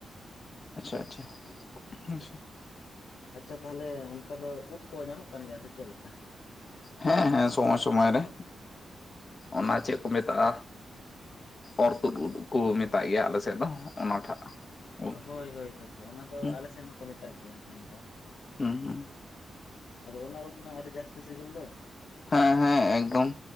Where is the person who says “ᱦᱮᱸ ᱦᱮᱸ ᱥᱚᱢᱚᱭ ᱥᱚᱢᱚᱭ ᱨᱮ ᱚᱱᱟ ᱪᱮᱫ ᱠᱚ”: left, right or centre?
Left